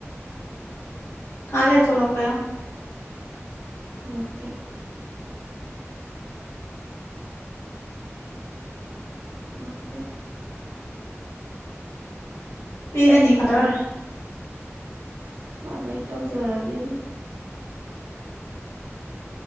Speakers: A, on the left; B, on the right.
A: ꯉꯥꯏꯍꯥ ꯂꯩꯔ ꯊꯣꯛꯂꯛꯄ ꯌꯣꯉꯣ
B: ꯊꯣꯂꯛꯇꯦ ꯊꯣꯂꯛꯇꯦ
A: <unintelligible>
B: ꯁꯨꯃꯃꯥꯏ ꯇꯧꯖꯔꯅꯤ ꯑꯗꯨꯝ